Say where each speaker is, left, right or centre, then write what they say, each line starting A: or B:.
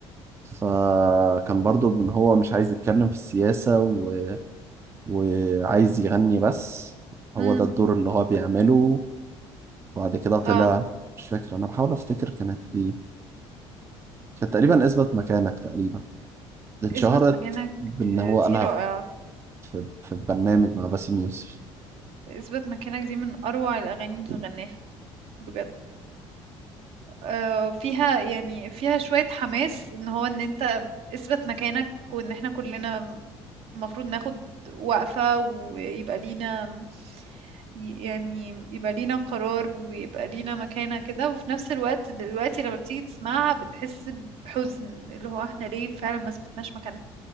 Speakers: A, on the right (about 25°); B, on the right (about 60°).
A: فكان برضه إن هو مش عايز يتكلم في السياسة و... وعايز يغني بس هو
B: امم
A: ده الدور اللي هو بيعمله وبعد كده طلع
B: اه
A: مش فاكر أنا بحاول أفتكر كانت إيه فتقريبا
B: امم
A: اثبت مكانك تقريبا اتشهرت
B: اثبت مكانك
A: بان هو
B: دي
A: قالها
B: رائعة
A: في في في برنامج مع باسم يوسف
B: اثبت مكانك دي من اروع الاغاني اللي غناها بجد آه، فيها يعني فيها شوية حماس ان هو ان انت اثبت مكانك وان احنا كلنا المفروض ناخد وقفة ويبقى لينا يعني يبقى لينا قرار ويبقى لينا مكانة كده وفي نفس الوقت دلوقتي لما بتيجي تسمعها بتحس بحزن اللي هو احنا ليه فعلا ما اثبتناش مكاننا